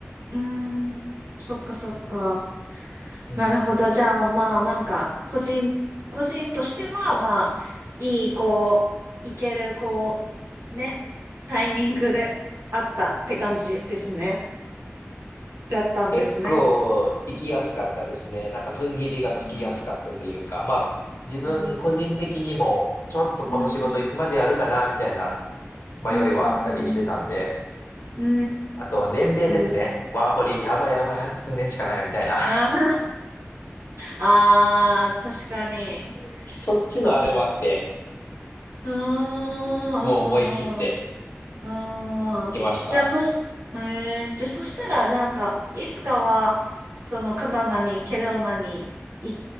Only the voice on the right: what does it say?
うーん。そっか、そっか。
なるほど。じゃあ、まあ、なんか、個人、個人としては、まあ、いい、こう、いける、こう、ね、タイミングであったって感じですね。だったんですね。
うん、
うん、うん。
うんうー
ん。
あー <laughs> あー、確かに。
そっか。うーん。
うーん。うーんじゃあ、
そし、えー、じゃあ、そしたら、なんか、いつかは、その、カナダに、ケローナに、い、